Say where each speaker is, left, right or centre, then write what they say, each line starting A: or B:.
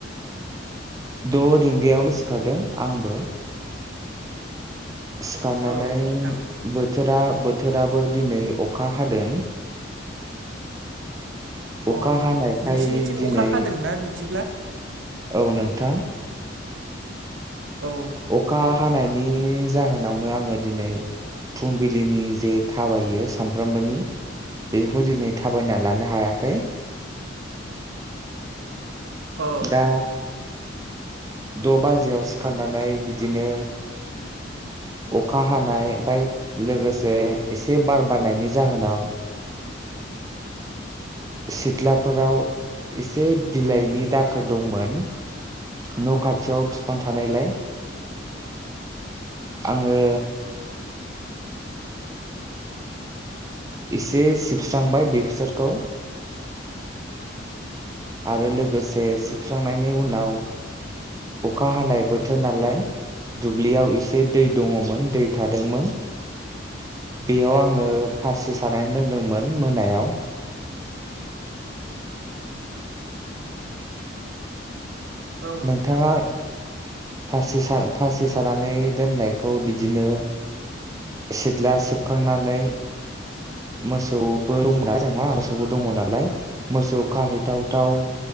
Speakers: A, on the right; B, on the right.
A: द' रिंगायावनो सिखारदों आंबो सिखारनानै
B: औ नोंथां
A: बोथोरा बोथोर बोथोराबो दिनै अखा हादों। अखा
B: अ
A: हानायखाय
B: नोंसोरनिथिं
A: दिनै
B: अखा हादोंना बिदिब्ला
A: औ नोंथां
B: औ
A: अखा हनायनि जाहोनावनो आङो दिनै फुंबिलिनि जे थाबायो सामफ्रामबोनि बेखौ दिनै थाबायनानै लानो हायाखै।
B: औ
A: दा द' बाजियाव सिखारनानै बिदिनो अखा हानाय ओमफ्राय लोगोसे एसे बार बारनायनि जाहोनाव। सिख्लाफोराव एसे बिलाइनि दाखोर दंमोन न' खाथियाव बिफां थानायलाय आङो एसे सिबस्रांबाय बेसोरखौ आरो लोगोसे सिबस्रांनायनि उनाव अखा हानाय बोथोर नालाय दुब्लियाव एसे दै दङमोन दै थादोंमोन बेयाव आङो फासि सानानै दोनदोंमोन मोनायाव
B: औ
A: नोंथाङा
B: नोंथां
A: फासि फासि सानानै दोननायखौ बिदिनो सिथ्ला सिबखांनानै मोसौबो दंना जोंहा मोसौबो दङ नालाय मोसौ खाहैथाव थाव